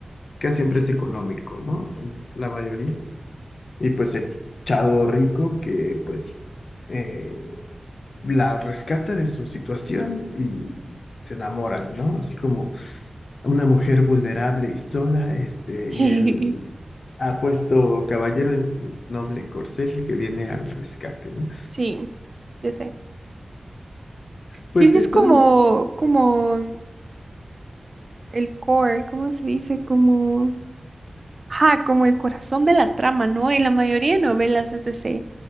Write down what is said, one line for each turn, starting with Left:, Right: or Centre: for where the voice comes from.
Left: que siempre es económico, ¿no? La mayoría. Y pues el chavo rico que pues eh, la rescata de su situación y se enamoran, ¿no? Así como una mujer vulnerable y sola, este,
Right: <laughs>
Left: y el apuesto caballero en su noble corcel que viene al rescate, ¿no?
Right: Sí, ya sé.
Left: Pues
Right: Sí, sí,
Left: están.
Right: es como, como el core, ¿cómo se dice? Como, ajá, como el corazón de la trama, ¿no? Y la mayoría de novelas es ese,